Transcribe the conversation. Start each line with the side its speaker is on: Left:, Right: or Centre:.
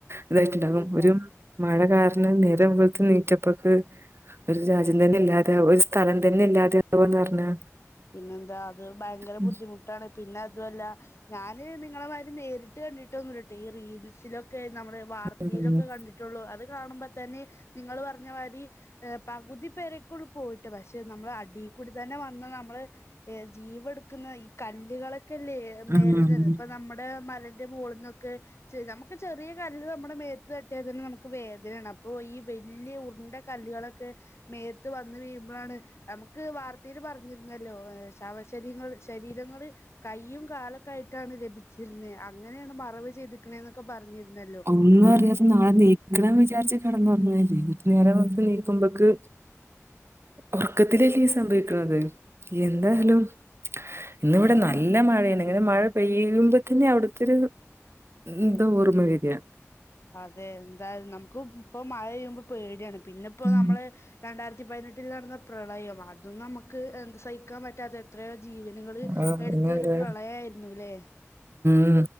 Right: ഇതായിട്ട്ണ്ടാകും
Left: പിന്നെന്താ
Right: ഒരും മഴ കാരണം നേരം വെള്ത്ത് നീചെപ്പക്ക് ഒര് രാജ്യം തന്നെ ഇല്ലാതാവാ ഒരു സ്ഥലം തന്നെ ഇല്ലാതാവാ എന്ന് പറഞ്ഞാ
Left: പിന്നെന്താ അത് ഭയങ്കര
Right: ഉം
Left: ബുദ്ധിമുട്ടാണ് പിന്നെ അതുല്ല ഞാൻ അതി നിങ്ങളെമാതിരി നേരിട്ട് കണ്ടിട്ടൊന്നുല്ലട്ടൊ ഈ റീൽസിലൊ ക്കെ നമ്മുടെ വാർത്തീലൊക്കെ
Right: ഉം
Left: കണ്ടിട്ടുള്ളൂ അത് കാണുമ്പോ തന്നെ നിങ്ങൾ പറഞ്ഞ മാതിരി പകുതി പേരെകൊള്ളൂ പോയിട്ട് പക്ഷെ നമ്മൾ അടീ കൂടി തന്നെ വന്നാ ന മ്മള് ജീവ ഇട്ക്ക്ന്ന ഈ കല്ലുകള് ക്കല്ലേ മേല്
Right: ഉം ഉം
Left: ന്ന്. ഇപ്പ നമ്മുടെ മല ന്റെ മോള്ന്നൊക്കെ ചെ നമുക്ക് ചെറിയ കല്ല് നമ്മുടെ മേ ത് തട്ടിയാതന്നെ നമുക്ക് വേദനേണ്. അ പോയീ വല്യ ഉര്ണ്ട കല്ലുകളെ ക്കെ മേത്ത് വന്ന് വീഴുമ്പളാണ് നമുക്ക് വാർത്തേൽ പറഞ്ഞിരി നല്ലശവ ശരീരങ്ങള് കൈയും കാലൊക്കെ ആയിട്ടാണ് ലഭിച്ചിരുന്നത് അങ്ങനെയാണ് മറവ് ചെയ്തിക്കണേന്നൊക്കെ പറഞ്ഞിരുന്നല്ലോ
Right: ഒന്നും അറിയാത്ത നാളെ നീക്കണംന്ന് വിചാരിച്ച കിടന്നുറങ്ങലെ ന്നട്ട് നേരം വെളുത്തു നീക്കുമ്പോക്ക് ഉറക്കത്തിലല്ലേ സംഭവിക്കുന്നത് എന്തായാലും ഇന്നിവിടെ നല്ല മഴയാണ് അങ്ങനെ മഴ പെയ്യുമ്പോ തന്നെ അവിടു ഒത്തിരി എന്താ ഓർമ്മ വരിയ
Left: അതെ എന്തായ നമുക്ക് ഇപ്പൊ മഴ പെയ്യുമ്പോ ഇപ്പൊ പേടിയാണ് പിന്നെപ്പോ
Right: ഉം.
Left: നമ്മള് രണ്ടായിരത്തി ത്തി പതിനെട്ടിൽ നടന്ന പ്രളയം അതും നമുക്ക് എന്ത് സഹിക്കാൻ പറ്റാത്തെ എത്രയ ജീവനുകൾ
Right: ആ,
Left: എടുത്തൊരു
Right: പിന്നെന്താ
Left: പ്രളയ ആരുന്നുല്ലെ
Right: ഉ